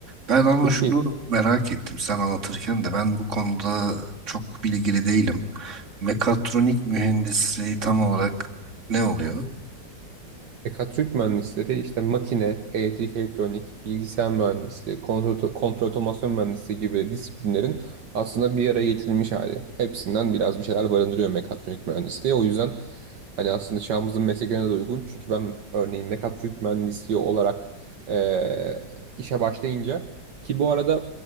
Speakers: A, on the right; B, on the right.
A: Ben ama
B: Peki
A: şunu merak ettim sen anlatırken de ben bu konuda çok bilgili değilim. Mekatronik mühendisliği tam olarak ne oluyor?
B: Mekatronik mühendisleri işte makine, elektrik, elektronik, bilgisayar mühendisliği, kontrol, kontrol otomasyon mühendisliği gibi disiplinlerin aslında bir araya getirilmiş hali. Hepsinden biraz bir şeyler barındırıyor mekatronik mühendisliği. O yüzden hani aslında çağımızın mesleklerine de uygun. Çünkü ben örneğin mekatronik mühendisliği olarak eee, işe başlayınca ki bu arada